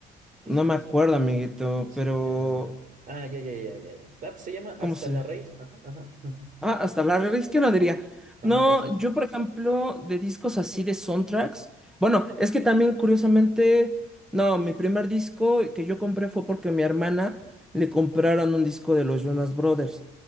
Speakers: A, on the right; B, in the centre.
A: Ay,
B: No
A: ¿cómo,
B: me acuerdo,
A: se
B: amiguito,
A: cómo se
B: pero
A: llama? Ah, ya, ya, ya, ya, ya. Ah, pues se llama Hasta
B: ¿cómo se?
A: la Raíz. Ajá, ajá. Ajá,
B: Ah, hasta la revés izquierda diría.
A: Ajá,
B: No,
A: es ese.
B: yo por ejemplo, de discos así de soundtracks. Bueno, es que también curiosamente, no, mi primer disco que yo compré fue porque a mi hermana le compraron un disco de los Jonas Brothers.